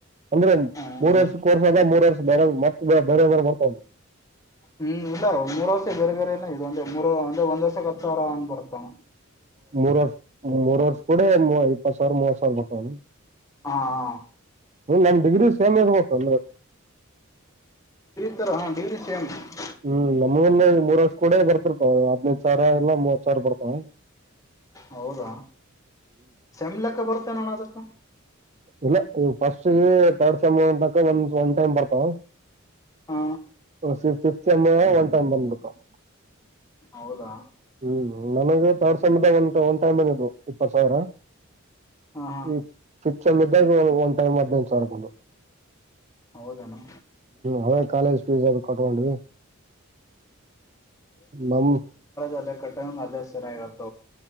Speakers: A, on the right (about 35°); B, on the left (about 15°).
A: ಅಂದ್ರೆ
B: ಹ್ಮ್
A: ಮೂರ್ ವರ್ಷ ಕೋರ್ಸ್ ಆದ ಮೂರ್ ವರ್ಷ ಬೇರೆ ಮತ್ತ ಬೇರೆ ಬೇರೆ ಮಾಡ್ತಾವ.
B: ಹ್ಮ್ ಇಲ್ಲ ಮೂರ ವರ್ಷ ಬೇರೆ ಬೇರೆನ ಇದು ಅಂದೆ ಮೂರುಂದೆ ಒಂದ ವರ್ಷ. ಬರ್ತಾರ್ ಅಂದ್ ಬರ್ತಾನ.
A: ಮೂರ್ ವರ್ಷ, ಮೂರ್ ವರ್ಷ ಕುಡೆ ಪರ್ ಮೂವತ್ ಸಾವರ ಬರ್ತಾವನ
B: ಹಾ ಹಾ
A: ನನ್ ಡಿಗ್ರಿ ಸೇಮ್ ಇರಬೇಕ ಅಂದ್ರೆ.
B: <unintelligible>
A: ಹ್ಮ್ ನಮಗಂದ ಮೂರ್ ವರ್ಷ ಕೂಡ ಬರ್ತಿರ್ತಾವ ಹದ್ನೈದ್ ಸಾವಿರ ಇಲ್ಲ ಮೂವತ್ ಸಾವಿರ ಬರ್ತಾವ್
B: ಹೌದಾ ಸೆಮ್ಲೆಕ್ಕ ಬರತ್ತ ಏನೋ ಅಣ್ಣ ಅದಕ್ಕ
A: ಇಲ್ಲ ಈ ಫಸ್ಟ್ ತರ್ಡ್ ಸೆಮ ಅಂತಕ ಒಂದ ಒ ಒಂದು ಟೈಮ್ ಬರ್ತಾವ್.
B: ಹಾ
A: ಫಾ ಫಿಫ್ತ್ ಸೆಮ್ ನಾಗು ಒನ್ ಟೈಮ್ ಬಂದ್ಬಿಡ್ತಾವ್
B: ಹೌದಾ
A: ಹ್ಮ್ ನನಗೆ ತಡ್ ಸಮಯದ ಒಂದ ಒಂದು ಟೈಮ್ ಬಂದು ಇಪ್ಪತ್ ಸಾವಿರ
B: ಹಾ ಹಾ
A: ಈ ಫಿಕ್ಮ್ ಇದ್ದಾಗ ಒಂದ್ ಟೈಮ್ ಹದ್ಿನೈದು ಸಾವಿರ ಬಂದು
B: ಹೌದೇನು
A: ಅವೇ ಕಾಲೇಜ್ ಫೀಸ್ ಅ ಕಟ್ಕೊಂಡ್ವಿ ನ
B: ಅಾದ ಕಟ್ಟ ಅಲ್ಲಸರಾಗತ